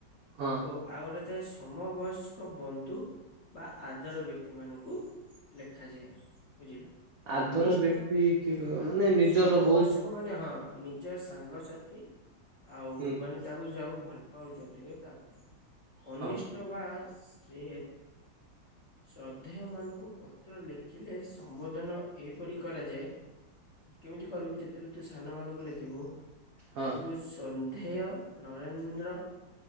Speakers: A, on the right; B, on the left.
A: ହଁ
B: ଓ ଆଉ ଗୋଟେ ଥାଏ ସମବୟସ୍କ ବନ୍ଧୁ ବା ଆଦର ବ୍ୟକ୍ତି ମାନଙ୍କୁ। ଲେଖାଯାଏ ବୁଝିଲୁ, କନିଷ୍ଠ
A: ଆଦର ବ୍ୟକ୍ତି କି
B: ଆ
A: ମାନେ ନିଜର
B: ସମବୟସ୍
A: ବହୁତ
B: ସ୍କ ମାନେ ହଁ ନିଜ ସାଙ୍ଗସାଥି ଆଉ
A: ହଁ
B: ମାନେ ତାକୁ ଯାହାକୁ ଭଲ ପାଉଛି ଅଧିକ ତା ପାଇଁ, କନିଷ୍ଟ
A: ହଁ
B: ଟ ବାସ୍ ଟ୍ରେ ଶ୍ରଦ୍ଧେୟ ମାନଙ୍କୁ ପତ୍ର ଲେଖିଲେ ସମ୍ବୋଧନ ଏହିପରି କରାଯାଏ। କେମିତି କରିବୁ ଯେତେବେଳେ ତୁ ସାନ ମାନଙ୍କୁ ଲେଖିବୁ?
A: ହଁ
B: ଲେଖିବୁ ଏ ସନ୍ଧେୟ, ନରେନ୍ଦ୍ର।